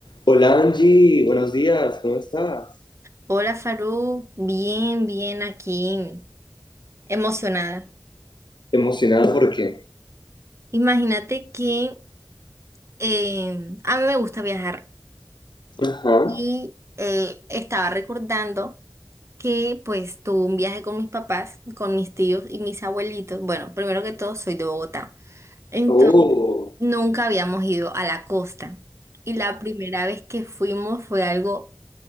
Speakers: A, on the left (about 80°); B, on the right (about 40°).
A: Hola Angie, buenos días, ¿cómo estás?
B: Hola Farú, bien, bien aquí, emocionada.
A: Emocionado porque.
B: Imagínate que eh, a mí me gusta viajar
A: Ajá.
B: y eh, estaba recordando que pues tuve un viaje con mis papás, con mis tíos y mis abuelitos. Bueno, primero que todo soy de Bogotá. Entonces,
A: Oh.
B: nunca habíamos ido a la costa. Y la primera vez que fuimos fue algo